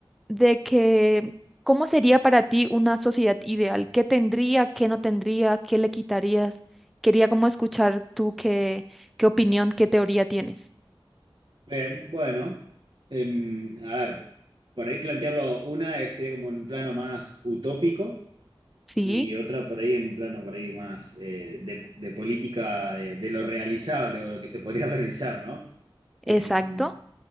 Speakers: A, in the centre; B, on the right.
A: de que, ¿cómo sería para ti una sociedad ideal? ¿Qué tendría, qué no tendría, qué le quitarías? Quería como escuchar tú qué, qué opinión, qué teoría tienes.
B: Bien, bueno. Em, a ver, por ahí plantearlo, una es, sería como en un plano más utópico
A: Sí,
B: y otra por ahí en un plano por ahí más eh, de, de política de, de lo realizable o lo que se podría <laughs> realizar, ¿no?
A: exacto.
B: Em,